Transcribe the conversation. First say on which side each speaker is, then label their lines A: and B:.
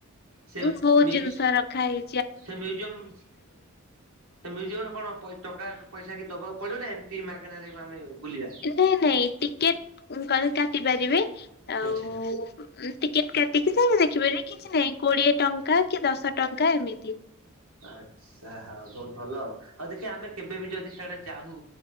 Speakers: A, on the right; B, on the left.
A: ସେ
B: ଉଁ ବହୁତ
A: ମିଉଜ
B: ଜିନିଷ ରଖା ହେଇ
A: ସେ ମ୍ୟୁଜିୟମ୍ ମ୍ୟୁଜିୟମ ରେ କଣ ଟଙ୍କା ପଇସା କି ଦବାକୁ ପଡିବ ନା ଏମିତି ମାଗଣାାରେ ଆମେ ବୁଲିବା।
B: ନାଇଁ ନାଇଁ ଟିକେଟ କାଟି ପାରିବେ ଆଉ
A: ଆଚ୍ଛା।
B: ଟିକେଟ୍ କାଟିକି ସାାଇି ଦେଖିବାରନି କିଛି ନାହିଁ କୋଡ଼ିଏ ଟଙ୍କା କି ଦଶ ଟଙ୍କା ଏମିତି।
A: ଆଚଛା ହଁ ବହୁତ ଭଲ ଆଉ। ଆଉ ଦେଖିବା ଆମେ କେବେ ବି ଯଦି ସେଆଡା ଯାଉ